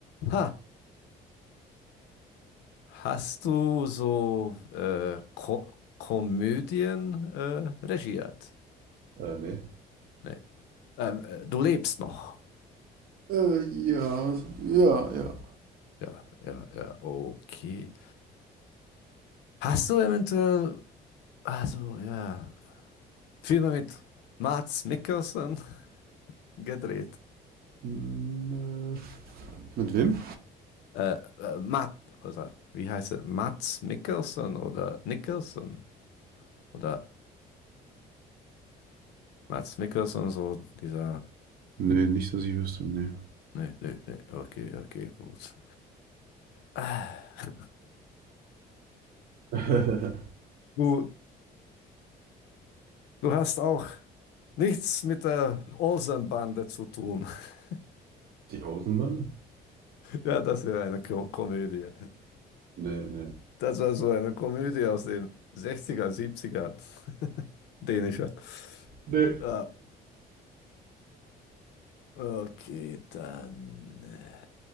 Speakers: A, on the left (about 85°); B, on the right (about 60°).
A: Ha, hast du so äh, Ko Komödien äh, regiert?
B: Äh, nee.
A: Nee. Ähm, äh, du lebst noch.
B: Äh, ja, ja, ja.
A: Ja, ja, ja, okay. Hast du eventuell also ja, Filme mit Mads Mikkelsen gedreht.
B: Hm, äh. Mit wem?
A: Äh, äh, Matt, oder wie heißt er? Mads Mikkelsen oder Nicholson oder Mads Mikkelsen, so dieser.
B: Nee, nicht, dass ich wüsste, nee.
A: Nee, nee, nee, okay, okay, gut. Ah,
B: <laughs>
A: Du, du hast auch nichts mit der Olsenbande zu tun. <laughs>
B: Die Außenbande?
A: Ja, das wäre eine Ko Komödie.
B: Nee, nee.
A: Das war so eine Komödie aus den Sechziger, Siebziger, <laughs> Dänischer.
B: Nee.
A: Ja, Okay, dann äh,